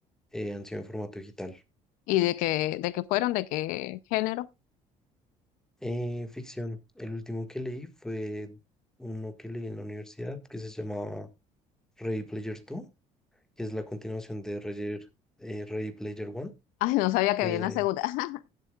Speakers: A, in the centre; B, on the left (about 85°).
A: eh, han sido en formato digital.
B: ¿Y de qué, de qué fueron? ¿De qué género?
A: Eh, ficción, el último que leí fue uno que leí en la universidad que se llamaba Ready Player 2, que es la continuación de Reyer- eh, Ready Player 1,
B: <laughs> Ay, no sabía
A: que
B: que había una segunda. <laughs>